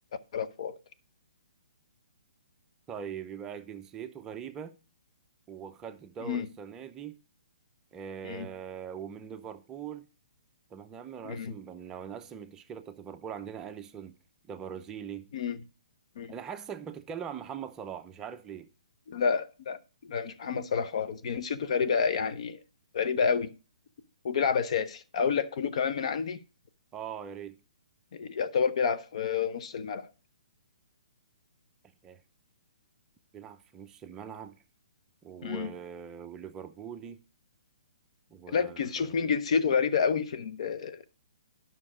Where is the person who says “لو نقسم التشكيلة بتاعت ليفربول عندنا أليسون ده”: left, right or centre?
Right